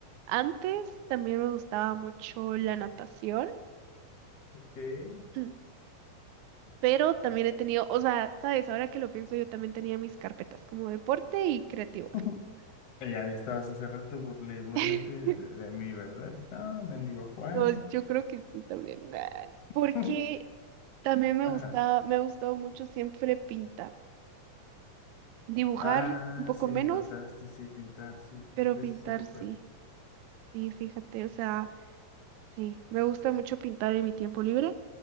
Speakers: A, on the right; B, on the left.
A: Antes también me gustaba mucho la natación.
B: ¿Qué?
A: <clears throat> Pero también he tenido, o sea, sabes, ahora que lo pienso, yo también tenía mis carpetas como deporte y creativo.
B: <laughs> Y ahí estabas hace rato, burlé, burlete
A: <laughs>
B: de, de mí, ¿verdad? No, mendigo Juani.
A: No, yo creo que sí también. ah, Porque
B: <laughs>
A: También me
B: Ajá.
A: gusta, me ha gustado mucho siempre pintar. Dibujar
B: Ah,
A: un poco
B: sí
A: menos,
B: me contaste, sí, pintar, sí,
A: pero
B: de
A: pintar
B: eso sí recuerdo.
A: sí. Sí, fíjate, o sea, sí, me gusta mucho pintar en mi tiempo libre.